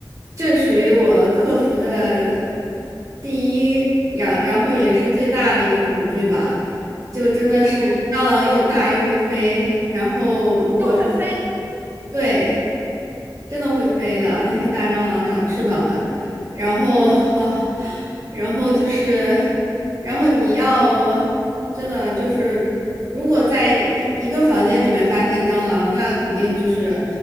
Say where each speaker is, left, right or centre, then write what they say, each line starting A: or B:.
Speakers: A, on the right (about 45°); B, on the right (about 25°).
A: 这属于我克服的第一，然然后也是最大的一个恐惧吧。就真的是蟑螂又大又会飞，
B: 哦，
A: 然后如果
B: 又会飞？
A: 对，真的会飞的，那些大蟑螂长翅膀的，然后啊，然后就是，然后你要真的就是，如果在一一个房间里面发现蟑螂，那肯定就是，